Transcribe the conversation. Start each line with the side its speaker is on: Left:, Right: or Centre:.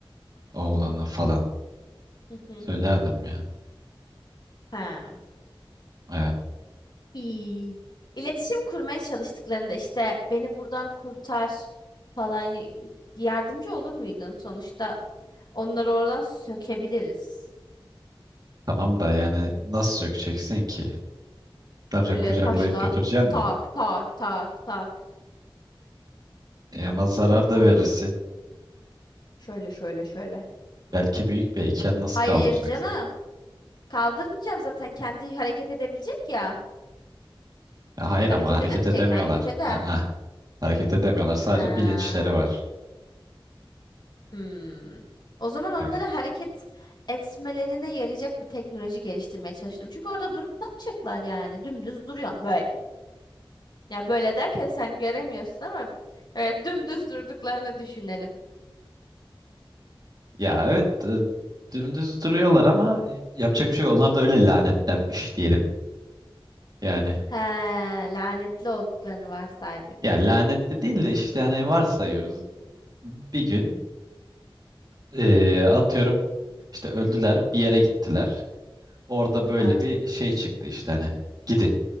Right: olduğunu falan
Left: Hı hı.
Right: söylerdim ya.
Left: Ha.
Right: Evet.
Left: İyi. İletişim kurmaya çalıştıklarında işte beni buradan kurtar falan yardımcı olur muydun? Sonuçta onları oradan sökebiliriz.
Right: Tamam da yani nasıl sökeceksin ki? Ne yapacaksın?
Left: Böyle
Right: Kucaklayıp
Left: taşla
Right: götüreceksin
Left: tak
Right: mi?
Left: tak tak tak
Right: E ama zarar
Left: vur vururum.
Right: da verirsin.
Left: Şöyle şöyle şöyle.
Right: Belki büyük bir iken nasıl
Left: Hayır
Right: kaldıracaksın?
Left: canım. Kaldırmayacağım zaten kendi hareket edebilecek ya.
Right: Ya hayır
Left: Hareket
Right: ama hareket
Left: edemeyecek
Right: edemiyorlar.
Left: mi? Hareket eder.
Right: Aa, hareket edemiyorlar. Sadece
Left: Ha.
Right: bilinçleri var.
Left: Hmm. O zaman
Right: Evet.
Left: onlara hareket etmelerine yarayacak bir teknoloji geliştirmeye çalıştım. Çünkü orada durup ne yapacaklar yani? Dümdüz duruyor böyle. Ya böyle derken sen göremiyorsun ama böyle dümdüz durduklarını düşünelim.
Right: Ya evet e, dümdüz duruyorlar ama e, yapacak bir şey yok. Onlar da öyle lanetlenmiş diyelim. Yani
Left: He, lanetli olduklarını varsaydık.
Right: ya lanetli değil de işte hani varsayıyoruz. Bir gün e, atıyorum işte öldüler bir yere gittiler. Orada
Left: Aha.
Right: böyle bir şey çıktı işte hani gidin.